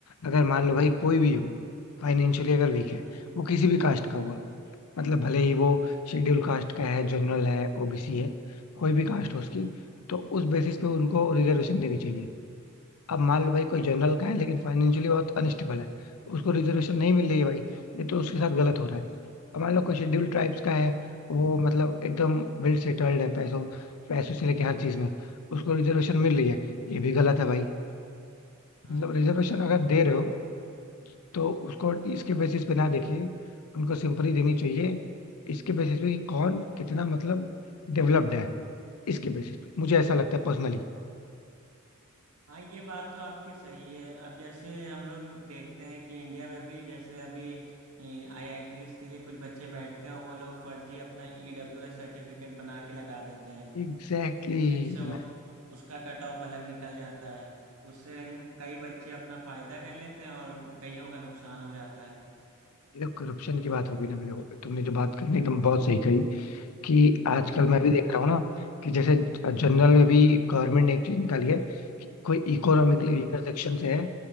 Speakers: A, on the left; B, on the right.
A: अगर मान लो भाई कोई भी हो फाइनेंशियली अगर वीक है
B: हम्म
A: वो किसी भी कास्ट का हुआ
B: हम्म
A: मतलब भले ही वो
B: हम्म,
A: शेड्यूल कास्ट का है जनरल है ओबीसी है कोई भी कास्ट हो उसकी तो उस बेसिस पे
B: हम्म।
A: उनको रिजर्वेशन देनी चाहिए अब मान लो भाई कोई जनरल का है लेकिन फाइनेंशियली बहुत अनस्टेबल है उसको रिजर्वेशन नहीं मिल रही है भाई ये तो उसके साथ गलत हो रहा है अब मान लो कोई शेड्यूल्ड ट्राइब्स का है वो मतलब एकदम वेल सेटल्ड है पैसों पैसों से लेके हर चीज में उसको रिजर्वेशन मिल रही है ये भी गलत है भाई
B: हाँ
A: मतलब
B: ये
A: रिजर्वेशन
B: तो मैं आपकी
A: अगर
B: बात
A: दे रहे हो
B: मानता हूँ
A: तो उसको इसके बेसिस पे ना देखिए उनको सिंपली देनी चाहिए इसके बेसिस पे कि कौन कितना मतलब डेवलप्ड है इसके बेसिस पे मुझे ऐसा लगता है पर्सनली
B: हाँ ये बात तो आपकी सही है अब जैसे हम लोग देखते हैं कि इंडिया में भी जैसे अभी आईआईटीज के लिए कुछ बच्चे बैठते हैं वो लोग फर्जी अपना ईडब्ल्यूएस सर्टिफिकेट बना के लगा देते हैं
A: Exactly
B: जिनसे
A: exactly,
B: उ- उसका कट ऑफ अलग निकल जाता है उससे कई बच्चे अपना फायदा कर लेते हैं और कईयों का नुकसान हो जाता है
A: ये करप्शन की बात हो गई ना अभी देखो तुमने जो बात कही ना एकदम बहुत सही कही कि आजकल
B: हम्म
A: मैं भी देख रहा हूँ ना कि जैसे
B: हम्म
A: जनरल में भी गवर्नमेंट ने एक चीज निकाली है कि कोई इकोनॉमिकली
B: हम्म
A: वीकर सेक्शन से है